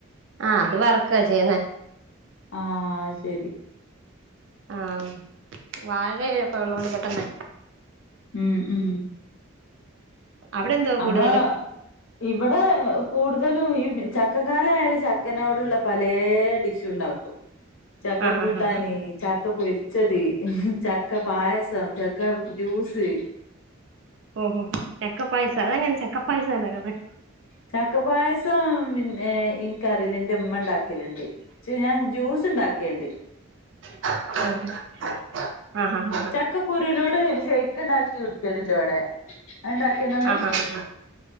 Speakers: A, on the right (about 60°); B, on the left (about 70°).
A: ആ അത് വറക്കുക ചെയ്യുന്നേ
B: ആഹ ശരി
A: ആഹ് വാഴൊക്കെ ഉള്ളതുകൊണ്ട് പെട്ടെന്നെ
B: ഉം ഉം
A: അവിടെ എന്തുവാ കൂടുതലും
B: അമ്മള് ഇവിടെ കൂടുതലും ഈ ചക്കകാല ആയാല് ചക്കനോടുള്ള പലേ ഡി ണ്ടാക്കും ചക്ക
A: ആ
B: കൂട്ടാന
A: ആ ആ ആ
B: ചക്ക പൊരിച്ചത് ചക്ക പായസം ചക്ക ജ്യൂസ്
A: ഓഹോഹോ ചക്ക പായസ അതങ്ങനെ ചക്ക പായസ ണ്ടാക്കുന്നെ
B: ചക്കപായസം പിന്നെ ഇൻകറീല ന്റെ മ്മ ണ്ടാക്കലുണ്ട് ഞാൻ ജ്യൂസ് ഉണ്ടാക്കൽണ്ട്ണ്ട്
A: <unintelligible> ആ ഹ ആാ
B: ചക്ക കുുരുവിനോട് ചെയ്ക്ക്ക് ണ്ടാക്കി കുടിക്കല ണ്ട് ഇവിടെ അത്ണ്ടാക്കി ണാ ങ്ങൾ
A: ആഹ് ആഹ്